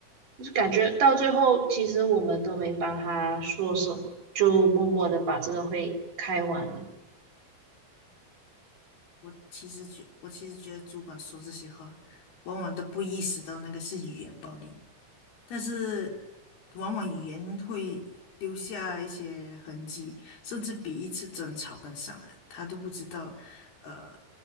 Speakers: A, on the right (about 55°); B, on the left (about 75°).
A: 就是感觉到最后，其实我们都没帮他说什么，就默默的把这个会开完了。
B: 我其实觉，我其实觉得主管说这些话，往往都不意识到那个是语言暴力，但是往往语言会留下一些痕迹，甚至比一次争吵更伤人。他都不知道，呃，